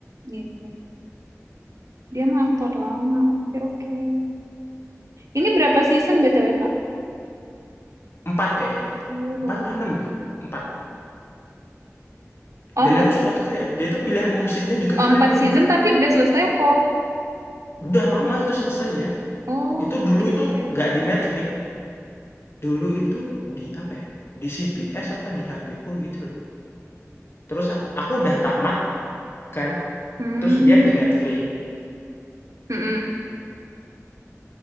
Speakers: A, on the right; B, on the left.
A: Gitu. Dia mah aktor lama. Oke, oke. Ini berapa season BTW, Kak?
B: 4 kayaknya,
A: Terus.
B: empat pandem ya? empat
A: Oh,
B: Dan
A: empat.
B: aku suka tuh kayak dia tuh pilihan musiknya juga
A: Oh,
B: keren
A: empat
B: gitu
A: season
B: loh.
A: tapi udah selesai apa?
B: Udah lama itu selesainya,
A: Oh,
B: itu dulu
A: oke,
B: itu
A: oke.
B: nggak di Netflix. Dulu itu di apa ya, di CBS apa di HBO gitu loh. Terus aku udah tamat kan,
A: Hmm.
B: terus dia di Netflix.
A: Mm-mm.